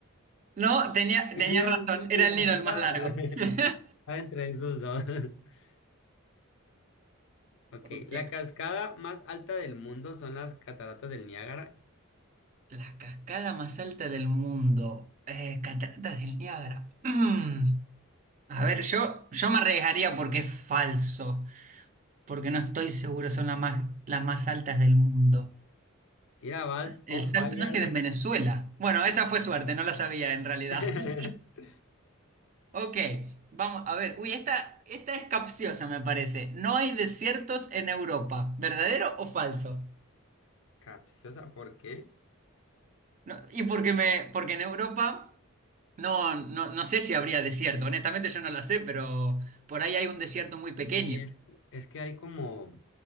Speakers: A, on the right (about 35°); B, on the left (about 65°).
A: No, tenía, tenías
B: El río
A: razón,
B: Nilo,
A: era el Nilo
B: mira.
A: el más largo.
B: <laughs>
A: <laughs>
B: Estaba entre esos dos. <laughs> Ok,
A: Ok.
B: la cascada más alta del mundo son las cataratas del Niágara.
A: La cascada más alta del mundo. Eh, Cataratas del Niágara. <clears throat> Mm. A ver, yo, yo me arriesgaría porque es falso, porque no estoy seguro son las más, las más altas del mundo.
B: Mira, vas
A: El
B: on
A: Salto
B: fire.
A: Ángel en Venezuela. Bueno, esa fue suerte, no la sabía en realidad.
B: <laughs>
A: <laughs> Ok, vamos a ver. Uy, esta, esta es capciosa, me parece. No hay desiertos en Europa. ¿Verdadero o falso?
B: Capciosa, ¿por qué?
A: No, y porque me, porque en Europa no, no, no sé si habría desierto. Honestamente yo no la sé, pero por ahí hay un desierto muy pequeño.
B: Sí, es, es que hay como,